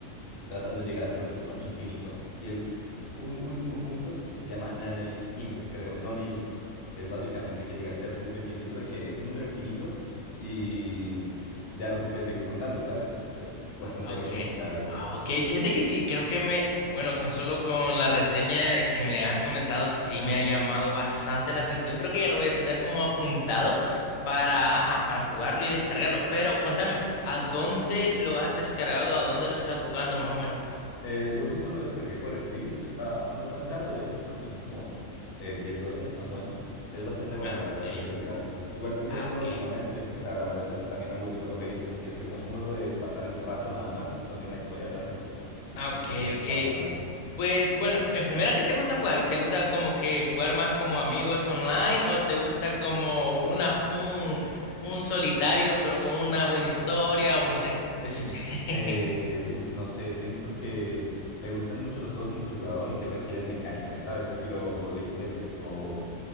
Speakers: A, on the left (about 55°); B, on the left (about 80°).
A: Tratan de llegar hasta el punto infinito. Y el ul- último punto se llama Nane Inf, creo, None Inf, que es básicamente que llegaste al punto infinito de que es un número infinito y ya no se puede seguir contando, ¿sabes? Es bastante
B: Ah, Okay.
A: loco, la verdad.
B: Ah, okay, fíjate que sí, creo que me, bueno, con solo con la reseña que me has comentado, sí me ha llamado bastante la atención. Creo que ya lo voy a tener como apuntado para, ajá, para jugarlo y descargarlo. Pero contame, ¿a dónde lo has descargado? ¿A dónde lo estás jugando más o menos?
A: Eh, yo justo lo descargué por Steam, está no tan caro, de hecho, creo que son como eh, 10 dólares más o menos. Es bastante bueno,
B: Ah,
A: la verdad,
B: okay.
A: deberías mirarlo. Igual tú que
B: Ah,
A: has jugado
B: okay.
A: últimamente, o sea, la verdad es que también ando buscando jueguitos porque ese como es un juego de pasar el trato nada más, no tiene una historia realmente.
B: Ah,
A: Entonces
B: ok,
A: se
B: ok.
A: está buscando.
B: Pues bueno, en primera, ¿qué te gusta jugar? ¿Te gusta como que jugar más como amigos online o te gusta como una, un, un solitario pero con una buena historia o no sé? Decime. <laughs>
A: Eh, uf, no sé, siento que me gustan mucho los juegos multijugador y que requieren mecánica, ¿sabes? Estilo League of Legends o